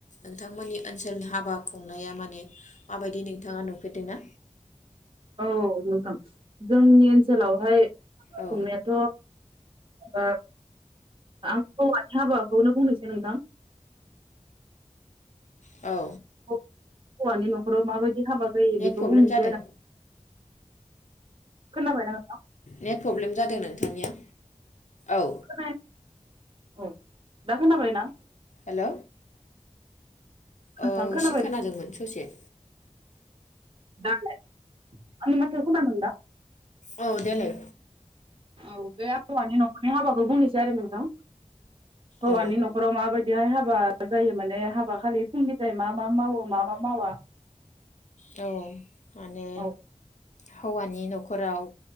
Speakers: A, on the left (about 70°); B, on the right (about 40°).
A: नोंथांमोननि ओनसोलनि हाबा खुंनाया माने माबायदि नोंथाङा नुफेरदोंना
B: औ नोंथां जोंनि ओनसोलावहाय खुंनायाथ'
A: औ
B: माबा आ हौवानि हाबाखौनो बुंनोसै नोंदां
A: औ
B: हौवानि न'खराव माबायदि हाबा जायो
A: नेट
B: बेखौ
A: प्रब्लेम
B: बुंनोसै
A: जादों
B: आरो खोनाबायना नोंथां
A: नेट प्रब्लेम जादों नों थानिया औ
B: खोनाया औ दा खोनाबाय ना
A: हेल'
B: नोंथां
A: औ
B: खोनाबाय
A: सि खोनादोंमोन ससे
B: द आनि माथ खम नों दा?
A: औ देालाय
B: औग हौवानि न'खरनि हाबाखौ बुंनोसै आरो। दौ हौवानि
A: औ
B: न'खराव माबायदिहाय हाबा जायो माने हाबा खालि फुंनिफ्राय मा मा मावो मा मा मावा
A: औ माने
B: औ
A: हौवानि न'खराव